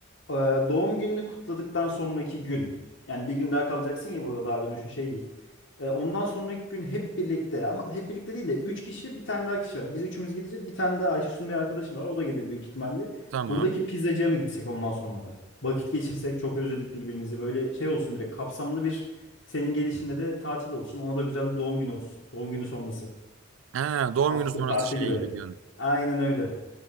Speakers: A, on the left; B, on the right.
A: Ee, doğum gününü kutladıktan sonraki gün yani bir gün daha kalacaksın ya burada daha dönüşün şey değil. Ee, ondan sonraki gün hep birlikte ama hep birlikte değil de 3 kişi bir tane daha kişi var. Biz üçümüz gideceğiz. Bir tane daha Ayşesun bir arkadaşı var. O da gelir büyük ihtimalle.
B: Tamam.
A: Buradaki pizzacıya mı gitsek ondan sonra da? Vakit geçirsek çok özledik birbirimizi. Böyle şey olsun direkt kapsamlı bir senin gelişinde de tatil olsun. Ona da güzel bir doğum günü olsun. Doğum günü sonrası.
B: Ha, doğum
A: After
B: günü sonrası
A: party
B: şey
A: gibi.
B: gibi diyorsun.
A: Aynen öyle.